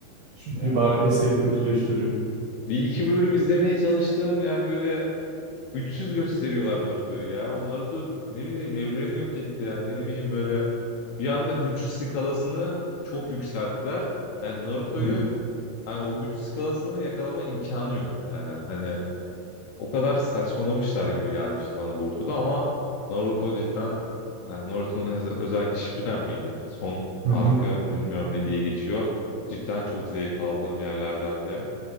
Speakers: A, on the right; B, on the left.
A: Çünkü
B: Yani
A: bayağı eseri kötüleştiriyor.
B: bir iki bölüm izlemeye çalıştım. Yani böyle üçsüz gösteriyorlar Naruto'yu ya. O Naruto ne bileyim evreni yok etti ya. Ne bileyim böyle bir anda güç skalasını çok yükselttiler. Yani Naruto'yu
A: Hı hı.
B: hani o güç skalasını yakalama imkanı yok yani. Hani O kadar saçmalamışlar gibi gelmişti bana Boruto'da ama Naruto cidden yani Naruto'nun öz- özellikle Shippuden miydi? Son
A: Hı
B: arka
A: hı.
B: bilmiyorum ne diye geçiyor. Cidden çok zevk aldığım yerlerdendi.